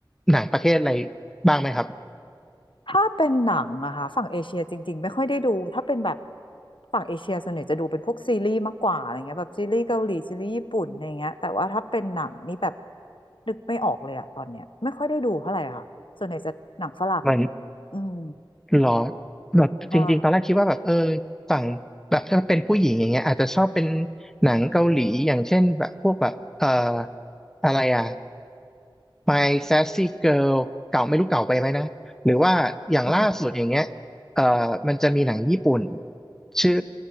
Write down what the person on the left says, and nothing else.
ถ้าเป็นหนังอะค่ะฝั่งเอเชียจริงๆไม่ค่อยได้ดูถ้าเป็นแบบฝั่งเอเชียส่วนใหญ่จะดูเป็นพวกซีรีส์มากกว่าอะไรเงี้ยแบบซีรีส์เกาหลีซีรีส์ญี่ปุ่นอะไรเงี้ยแต่ว่าถ้าเป็นหนังนี่แบบนึกไม่ออกเลยอะตอนเนี้ยไม่ค่อยได้ดูเท่าไหร่ค่ะส่วนใหญ่จะหนังฝรั่ง
อืม
ใช่
โห <laughs>